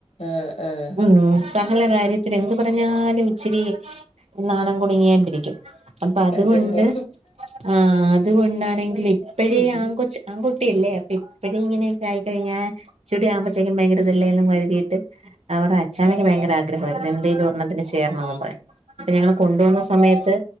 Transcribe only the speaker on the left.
ആഹ് ആഹ്
അതന്നെ
ഉം